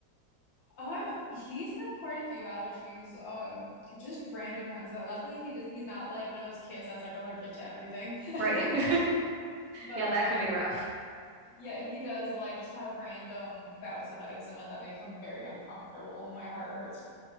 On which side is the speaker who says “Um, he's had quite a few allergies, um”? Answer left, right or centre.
Left